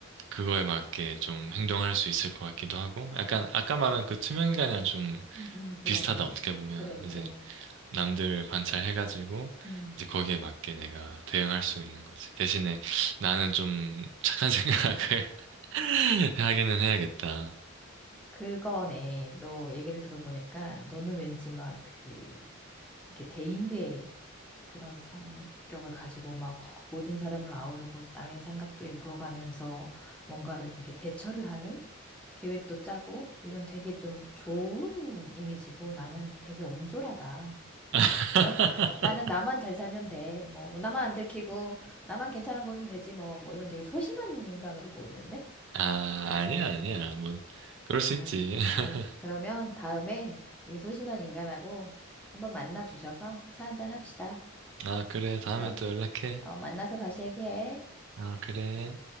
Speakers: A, on the right; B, in the centre.
A: 그거에 맞게 좀 행동할 수 있을 것 같기도 하고 약간 아까 말한 그 투명인간이랑 좀
B: 음, 음, 그러네.
A: 비슷하다 어떻게 보면
B: 그래, 그래.
A: 이제 남들 관찰해가지고
B: 음.
A: 이제 거기에 맞게 내가 대응할 수 있는 거지. 대신에 나는 좀 착한 생각을 <laughs> 하기는 해야겠다.
B: 그거네. 너 얘기를 들어보니까 너는 왠지 막 그, 이렇게 대인배 그런 성격을 가지고 막 모든 사람을 아우르고 남의 생각도 읽어가면서 뭔가를 좀 이렇게 대처를 하는 계획도 짜고 이런 되게 좀 좋은 이미지고 나는 되게 옹졸하다. <laughs>
A: <laughs>
B: 나는 나만 잘 살면 돼. 뭐 나만 안 들키고 나만 괜찮아 보이면 되지 뭐 뭐 이런 되게 소심한 인간으로 보이는데?
A: 아, 아니야, 아니야. 뭐, 그럴 수
B: 아,
A: 있지. <laughs>
B: 아, 그러면 다음에 이 소심한 인간하고 한번 만나 주셔서 차 한잔 합시다.
A: 아, 그래. 다음에
B: 그럼,
A: 또 연락해.
B: 어, 만나서 다시 얘기해.
A: 아, 그래.